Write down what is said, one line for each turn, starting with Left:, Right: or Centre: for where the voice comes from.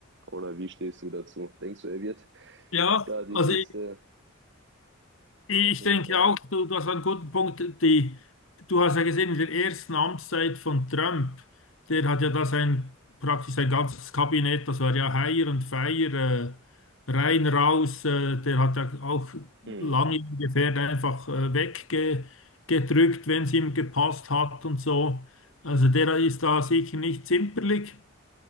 Right: Oder wie stehst du dazu? Denkst du, er wird
Left: Ja,
Right: da die
Left: also
Right: nächste
Left: Ich
Right: Person
Left: denke
Right: werden?
Left: auch, du, du hast einen guten Punkt. Die, du hast ja gesehen, in der ersten Amtszeit von Trump, der hat ja da sein, praktisch sein ganzes Kabinett, das war ja Hire und Fire, äh, rein, raus, äh, der hat ja auch
Right: Mhm.
Left: lange ungefähr einfach äh, weggedrückt, wenn es ihm gepasst hat und so. Also der ist da sicher nicht zimperlich.